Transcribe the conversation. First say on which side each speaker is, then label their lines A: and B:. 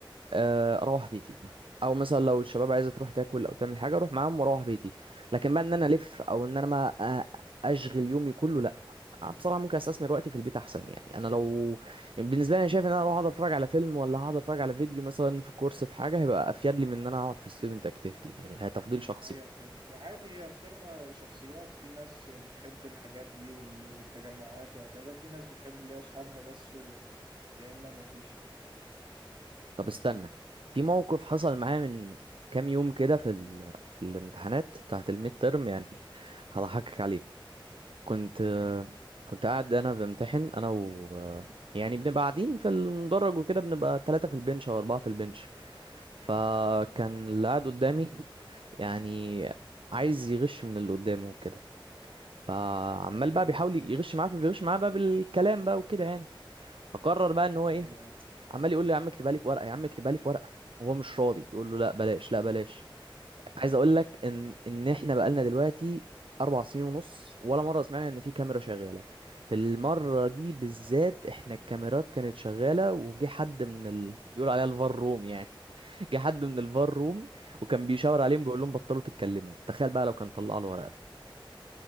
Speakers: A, on the right (about 80°); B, on the right (about 60°).
A: آه، اروح بيتي او مثلا لو الشباب عايزه تروح تاكل او تعمل حاجه اروح معاهم واروح بيتي لكن بقى ان انا الف او ان انا ما أ- اشغل يومي كله لا آه، بصراحه ممكن استثمر وقتي في البيت احسن يعني انا لو يعني بالنسبه لي انا شايف ان انا اروح اقعد اتفرج على فيلم ولا هقعد اتفرج على فيديو مثلا في كورس في حاجه هيبقى افيد لي من ان انا اقعد في ستودنت اكتيفيتي يعني هي تفضيل شخصي
B: أيوه فهمتك عادي هي بتبقى شخصيات في ناس بتحب الحاجات دي وال... والتجمعات وهكذا وفي ناس بتحب اللي هي أصحابها بس و... يا إما مفيش يعني
A: طب استنى في موقف حصل معايا من كام يوم كده في ال... في الامتحانات بتاعه الميد ترم يعني <laughs> هضحكك عليه كنت
B: تمام
A: كنت قاعد انا بمتحن انا و يعني بنبقى قاعدين في المدرج وكده بنبقى ثلاثة في البنش او أربعة في البنش فكان اللي قاعد قدامي يعني عايز يغش من اللي قدامه وكده فعمال
B: تمام
A: بقى بيحاول يغش معاه فبيغش معاه بقى بالكلام بقى وكده يعني فقرر بقى ان هو ايه
B: أيوه
A: عمال يقول له يا عم اكتبها لي في ورقة يا عم اكتبها لي في ورقة وهو مش راضي يقول له لا بلاش لا بلاش
B: <laughs>
A: عايز اقول لك ان ان احنا بقالنا دلوقتي اربع سنين ونص ولا مره سمعنا ان في كاميرا شغاله في المره دي بالذات احنا الكاميرات كانت شغاله وجه حد من ال... بيقول عليها الفار روم يعني <laughs> جه حد من الفار روم وكان بيشاور عليهم بيقول لهم بطلوا تتكلموا تخيل بقى لو كان طلع له ورقه